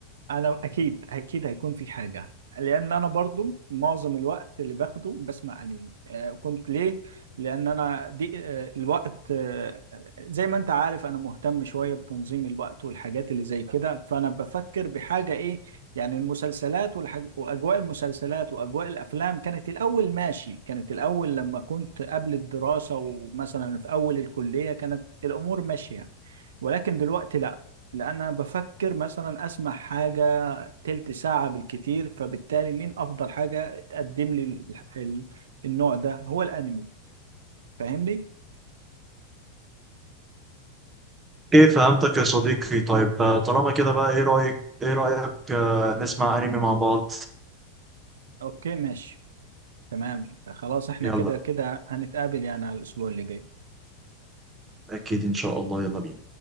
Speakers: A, on the right (about 80°); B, on the right (about 20°).
A: انا اكيد اكيد هيكون في حاجه لان انا برضو معظم الوقت اللي باخده بسمع انمي آه كنت ليه لان انا دي آه الوقت آه زي ما انت عارف انا مهتم شويه بتنظيم الوقت والحاجات اللي زي كده فانا بفكر بحاجه ايه يعني المسلسلات والحاج... واجواء المسلسلات واجواء الافلام كانت الاول ماشي كانت الاول لما كنت قبل الدراسه ومثلا في اول الكليه كانت الامور ماشيه ولكن دلوقتي لا لان انا بفكر مثلا اسمع حاجه تلت ساعة بالكتير فبالتالي مين أفضل حاجة تقدم لي ال- ال- النوع ده هو الأنمي فاهمني؟
B: إيه فهمتك يا صديقي طيب آه، طالما كده بقى إيه رأيك إيه رأيك آه، نسمع أنمي مع بعض
A: أوكي ماشي تمام خلاص احنا
B: يلا
A: كده كده هنتقابل يعني على الأسبوع اللي جاي
B: أكيد إن شاء الله يلا بينا